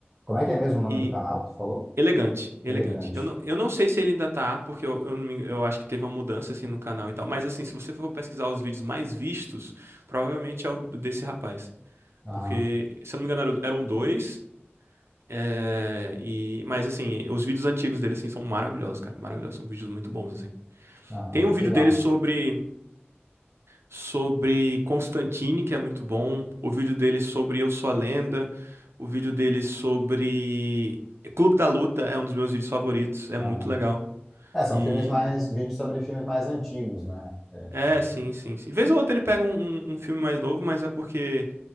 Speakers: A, in the centre; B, on the right (about 75°).
A: Como é que é mesmo o nome
B: E
A: do canal? que Tu falou?
B: elegante, elegante.
A: Elegante.
B: Eu não, eu não sei se ele ainda tá, porque eu, eu, não me- eu acho que teve uma mudança assim no canal e tal, mas assim, se você for pesquisar os vídeos mais vistos, provavelmente é o desse rapaz.
A: Aham,
B: Porque, se eu não me engano, era- eram dois. É, e, mas assim, os vídeos antigos dele assim são maravilhosos, cara, maravilhosos, são vídeos muito bons assim.
A: aham.
B: Tem um vídeo
A: Legal.
B: dele sobre sobre Constantine, que é muito bom, o vídeo dele sobre Eu Sou a Lenda, o vídeo dele sobre Clube da Luta é um dos meus vídeos favoritos, é
A: Aham.
B: muito legal.
A: É, são
B: E
A: filmes mais, vídeos sobre filmes mais antigos, né? É, Então,
B: é, sim, sim, sim. Vez ou outra ele pega um, um um filme mais novo, mas é porque,